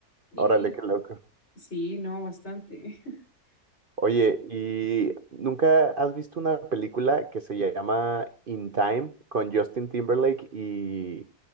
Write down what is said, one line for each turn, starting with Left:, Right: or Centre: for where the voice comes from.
Left: Y
Right: Órale, qué loco.
Left: sí, no, bastante. <laughs>
Right: Oye, ¿y nunca has visto una película que se llama In Time con Justin Timberlake y